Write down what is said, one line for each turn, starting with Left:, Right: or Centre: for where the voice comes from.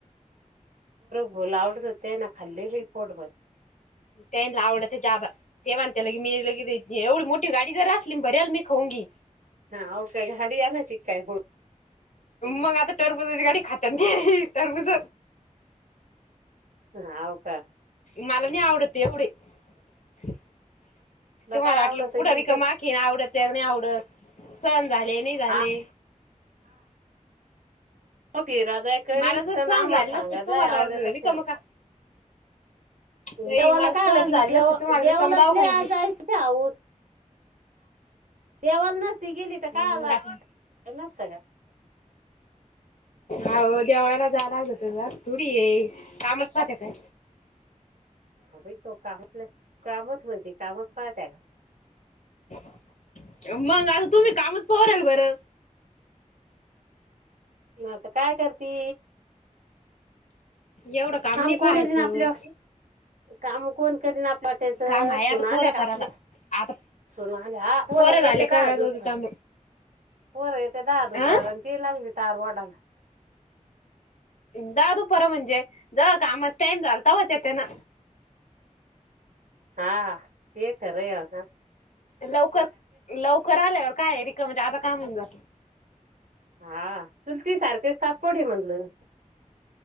Right: बरला आवडत ते ना खाल्ली पोटपत.
Left: त्यांना आवडते जादा तेव्हाण त्या ल के मी एवढी मोठी गाडी जर असली बरल मी खांगी.
Right: हा औफग हडया ना चिखाय हळ.
Left: मग आता टरपुजची गाडी खातात नाही टरपुज.
Right: ह हव का.
Left: मला नाही आवडत एवढी. तुम्हाला
Right: तुला काय
Left: आटलं
Right: आवडत
Left: कुठ
Right: गेल
Left: रिक माखी नाही आवडत नाही आवडत स. झाले नाही झाले.
Right: हा म फिरादाय करत
Left: मला जर
Right: तर
Left: सहन
Right: ना
Left: झाले
Right: मग सांगा
Left: नसते तुम्हाला
Right: दय आवडत नाही
Left: रिकाम
Right: आ.
Left: का नाही
Right: देवाला
Left: मला
Right: काय
Left: सहन
Right: ला गेली
Left: झाले
Right: देवा
Left: नसते तुम्हाला
Right: देवालातले
Left: रिकाम दवाखान्यात
Right: आज ते हऊस. यावण नसती गेली तर काय
Left: मग
Right: आला
Left: आता
Right: नसत ग.
Left: हो देवाला जालाग होत थोडी ये कामच वाात्या काय.
Right: अ तो कामातला कामच म्हणते कामच पाहतय का.
Left: मग
Right: हं.
Left: आता तुम्ही कामच पवारल बरं.
Right: मता काय कररती.
Left: एवढं काम
Right: आम
Left: नाही पाहायचं
Right: कोण येल ना आपल्या. काम कोण केले ना पटायचं
Left: काम आहे
Right: सुून
Left: आता
Right: आल्या
Left: पोरं
Right: का
Left: करायला
Right: आपल्या
Left: आता
Right: सनू आले हार
Left: पोरं झाले
Right: येते
Left: करायच
Right: द दुख.
Left: होते काम
Right: होर येते दहा
Left: अं
Right: दुपार आणि ते लागली तार वडाला.
Left: द दुपर म्हणजे जा कामास टाइम झालता वाच त्या ना.
Right: हा ते कर र.
Left: लवकर लवकर आल्यावर काय रिकम म्हणजे आता काम होऊन जात.
Right: हा सुलती सारखे सापड म्हणलं